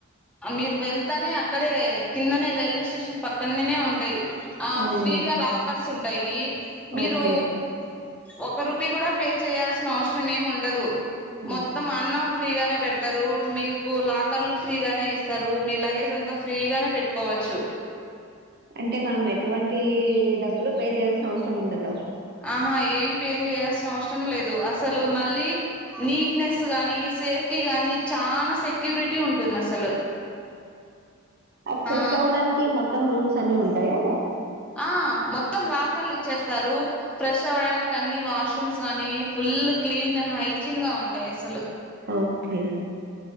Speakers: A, in the centre; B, on the right (about 50°).
A: మీరు వెళ్తానే అక్కడే కిందనే రైల్వే స్టేషన్ పక్కననే ఉంటాయ్ ఆ
B: అవును
A: ఫ్రీగా లాకర్ సుంటయ్ మీరు
B: ఓకే
A: ఒక రూపీయి కూడా పే చేయాల్సిన అవసరం ఏమి ఉం డదు
B: హ్మ్.
A: మొత్తం అన్నం ఫ్రీగానే పెడతారు మీకు లాకర్లు ఫ్రీగానే ఇస్తారు మీ లగేజ్ అంతా ఫ్రీగానే పెట్టుకోవచ్చు
B: అంటే మనం ఎటువంటి డబ్బులు పే చేయాల్సిన అవసరం ఉండదు
A: ఆహా ఏం ప ఏం చేయాల్సిన అవసరం లేదు అసలు మళ్ళీ నీట్నెస్ గాని సేఫ్టీ గాని చానా సెక్యూరిటీ ఉంటుంది అసలు
B: ఫ్రెష్
A: ఆ
B: అవ్వడానికి మొత్ త్తం రూమ్స్ అన్ని ఉంటాయా
A: ఆ మొత్తం లాకర్లు ఇచ్చేస్త రూ ఫ్రెష్ అవడానికి అన్ని వాష్ రూమ్స్ గానీ ఫుల్ క్లీన్ హైజీన్ గా ఉంటాయి ఎస్
B: ఓకే